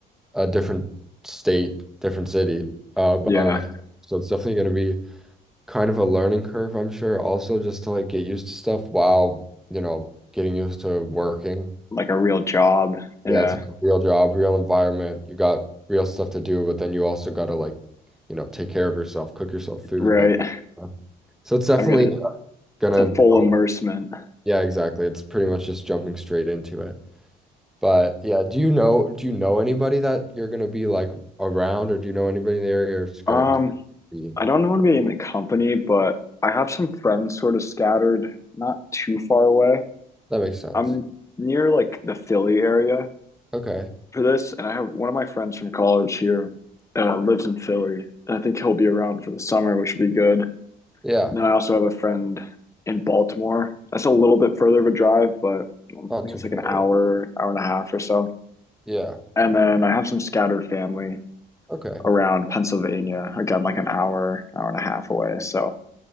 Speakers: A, in the centre; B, on the left (about 15°).
A: a different state, different city uh by
B: yeah,
A: myself. So it's definitely gonna be kind of a learning curve, I'm sure, also just to like get used to stuff while, you know, getting used to working.
B: like a real job. Yeah,
A: Yeah, it's a real job, real environment. You got real stuff to do, but then you also got to like, you know, take care of yourself, cook yourself food,
B: right.
A: that stuff. So it's definitely
B: I'm gonna,
A: gonna
B: it's a full
A: help.
B: immersement.
A: Yeah, exactly. It's pretty much just jumping straight into it. But yeah, do you know do you know anybody that you're gonna be like around or do you know anybody in the area it's gonna
B: Um,
A: be
B: I don't want to be in the company, but I have some friends sort of scattered, not too far away.
A: that makes sense.
B: I'm near like the Philly area,
A: Okay.
B: for this, and I have one of my friends from college here uh, lives in Philly, and I think he'll be around for the summer, which would be good.
A: Yeah.
B: And then I also have a friend in Baltimore. That's a little bit further of a drive, but I
A: Not
B: think
A: too
B: it's like
A: far,
B: an hour,
A: yeah.
B: hour and a half or so.
A: Yeah.
B: And then I have some scattered family
A: Okay.
B: around Pennsylvania, again, like an hour, hour and a half away. So